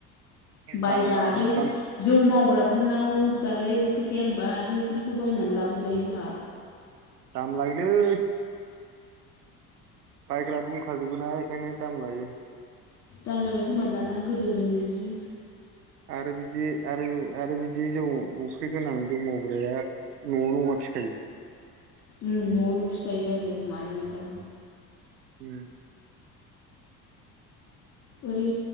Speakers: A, on the left; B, on the right.
A: बायबा
B: दामा
A: बे
B: दाम
A: जौ मावग्रा फोरनाव दालाय अफ्रि थाया होनबा बे अफ्रिखौ बायनानै लाबोजायोब्रा।
B: दाम लायोलै बायग्रा दंखाजोबो ना बेखायनो दाम लायो।
A: दाम जाबाय खोमा दाना गोदो जोंनि जि
B: आरो बिदि आरो आरो बिदि बिदि जौ अफ्रि गोनां जौ मावग्राया न'आव नङा फिखायो।
A: उम न'आवनो फिखायो आरो मानै माथाम
B: उम।
A: ओरै